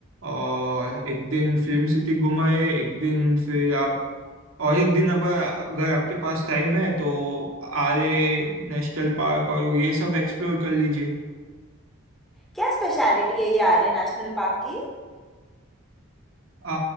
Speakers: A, on the right; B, in the centre.
A: और एक दिन फिल्म सिटी घुमाए एक दिन फिर आप और एक दिन अब अगर आपके पास टाइम है तो आरे नेशनल पार्क और ये सब एक्सप्लोर कर लीजिए
B: क्या स्पेशलिटी है ये आर्य नेशनल पार्क की
A: आ,